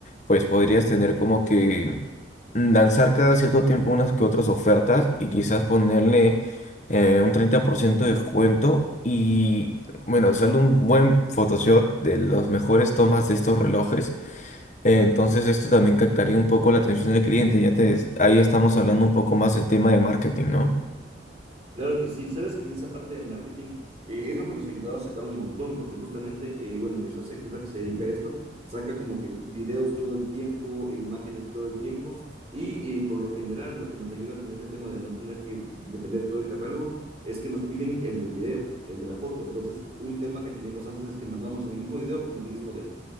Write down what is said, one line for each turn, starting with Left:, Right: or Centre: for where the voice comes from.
Left: pues podrías tener como que mm, lanzar cada cierto tiempo unas que otras ofertas y quizás ponerle eh, un 30% de descuento y bueno, sale un buen Photoshop de las mejores tomas de estos relojes. Eh, entonces esto también captaría un poco la atención del cliente. Ya te, ahí estamos hablando un poco más del tema de marketing, ¿no?
Right: Claro que sí, sabes que en esa parte del marketing eh, es lo que nos ha ayudado a sacar un montón, porque justamente, eh, bueno, mi socia, que es la que se dedica a esto, saca como que videos todo el tiempo, e imágenes todo el tiempo, y eh, por lo general lo que nos ayuda con ese tema de no tener que depender de todo el catálogo es que nos piden el del video, el de la foto. Entonces, un tema que teníamos antes es que mandamos en el mismo video como 10 modelos.